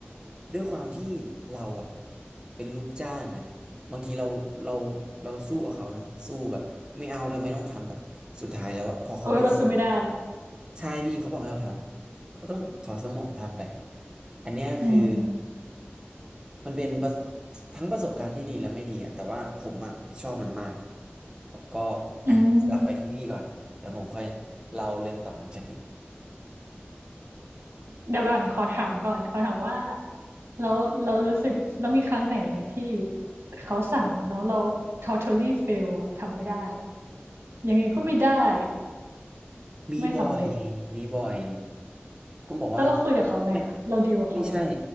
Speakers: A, on the right (about 20°); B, on the right (about 85°).
A: ด้วยความที่เราอ่ะเป็นลูกจ้างไงบางทีเราเราเราสู้กับเขานะสู้แบบไม่เอาทำไมต้องทำแบบสุดท้ายแล้วอะพอเขาเป็นสิ่งอะ
B: โอ้ยเราสู้ไม่ได้
A: ใช่พี่เขาบอกให้เราทำอะก็ต้องถอดสมองทำไปอันเนี้ยคือ
B: อืม
A: มันเป็นประทั้งประสบการณ์ที่ดีและไม่ดีอะแต่ว่าผมอะชอบมันมากแล้วก็
B: อืม
A: อ่ะสลับไปที่พี่ก่อนเดี๋ยวผมค่อยเล่าเรื่องต่อหลังจากนี้
B: เดี๋ยวก่อนขอถามก่อนขอถามว่าแล้วเรารู้สึกแล้วมีครั้งไหนไหมที่เขาสั่งแล้วเรา totally fail อะทำไม่ได้ยังไงก็ไม่ได้อะ
A: มีบ่อย
B: ไม่สำเร็จ
A: มีบ่อยก็บอกว่า
B: แล้วเราคุยกับเขาไงอะเราดีลกับเขาไง
A: ไม่ไม่ใช่